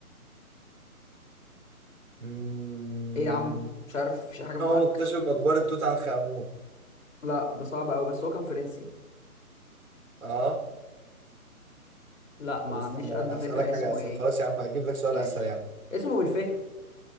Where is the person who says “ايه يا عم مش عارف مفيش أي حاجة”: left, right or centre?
Left